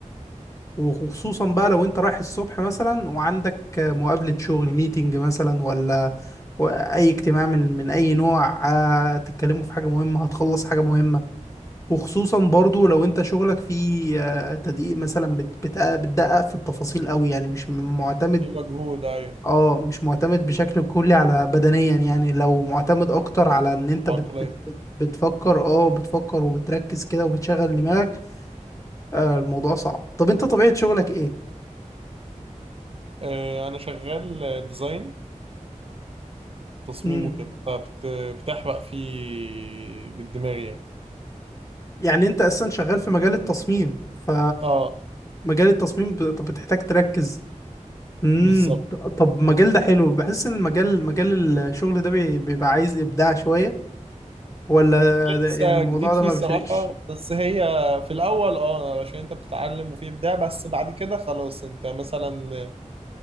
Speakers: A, on the left (about 25°); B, on the right (about 45°).
A: وخصوصا بقى لو انت رايح الصبح مثلا وعندك آه، مقابلة شغل ميتنج مثلا ولا أي اجتماع من من أي نوع آه، تتكلموا في حاجة مهمة هتخلص حاجة مهمة وخصوصا برضو لو انت شغلك فيه آه، تدقيق مثلا بت- بت- بتدقق في التفاصيل قوي يعني مش م- معتمد
B: في مجهود ايوه
A: اه مش معتمد بشكل كلي على بدنيا يعني لو معتمد اكتر على ان انت
B: عقلية
A: بت بت بت بتفكر اه بتفكر وبتركز كده وبتشغل دماغك آه الموضوع صعب طب انت طبيعة شغلك ايه؟
B: آه، انا شغال ديزاين تصميم
A: مم.
B: وكده فبتحرق فيه بالدماغ يعني
A: يعني انت اصلا شغال في مجال التصميم ف
B: اه
A: مجال التصميم ب- طب بتحتاج تركز امم
B: بالظبط
A: طب المجال ده حلو بحس ان المجال مجال الشغل ده بي- بيبقى عايز ابداع شوية ولا ده-
B: لسه
A: يعني الموضوع
B: جديد
A: ده
B: فيه
A: ما
B: الصراحة
A: بيفرقش
B: بس هي في الأول اه عشان أنت بتتعلم وفيه إبداع بس بعد كده خلاص أنت مثلا